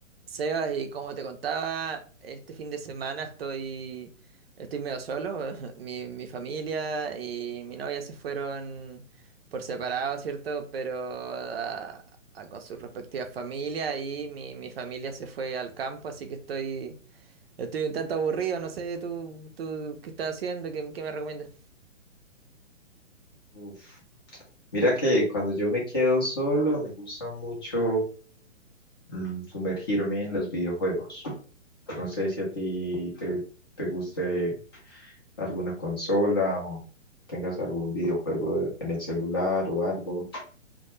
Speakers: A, on the right; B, on the left.
A: Sebas, y como te contaba, este fin de semana estoy, estoy medio solo. <laughs> Mi, mi familia y mi novia se fueron por separado, ¿cierto? Pero a- a- con sus respectivas familias y mi, mi familia se fue al campo, así que estoy, estoy un tanto aburrido. No sé, tú, tú qué estás haciendo, qué, qué me recomiendas.
B: Uf, Mira que cuando yo me quedo solo, me gusta mucho mm, sumergirme en los videojuegos. No sé si a ti te, te guste alguna consola o tengas algún videojuego en el celular o algo.